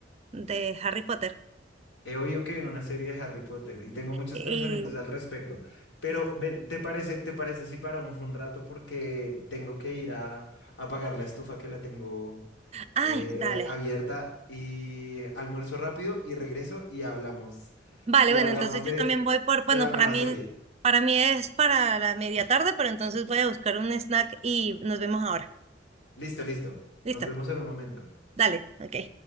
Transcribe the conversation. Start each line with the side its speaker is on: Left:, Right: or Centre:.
Right: de Harry Potter?
Left: He oído que viene una serie de Harry Potter y tengo muchos
Right: Y,
Left: pensamientos al respecto. Pero ven, ¿te parece, te parece si paramos un rato? Porque tengo que ir a, a apagar la estufa que la tengo
Right: ay,
Left: eh,
Right: dale.
Left: abierta y almuerzo rápido y regreso y hablamos.
Right: Vale,
Left: Y
Right: bueno,
Left: hablamos
Right: entonces
Left: de,
Right: yo también voy por,
Left: de
Right: bueno,
Left: la nueva
Right: para mí,
Left: serie.
Right: para mí es para la media tarde, pero entonces voy a buscar un snack y nos vemos ahora.
Left: Listo, listo.
Right: Listo,
Left: Nos vemos en un momento.
Right: dale, ok.